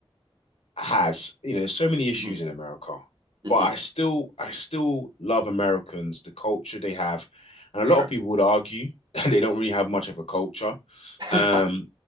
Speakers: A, on the left; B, on the right.
A: has. You know, there's so many issues
B: hmm
A: in America,
B: hmm
A: but I still, I still love Americans, the culture they have, and
B: For
A: a
B: sure.
A: lot of people would argue <laughs> that they don't really have much of a culture.
B: <laughs>
A: Um,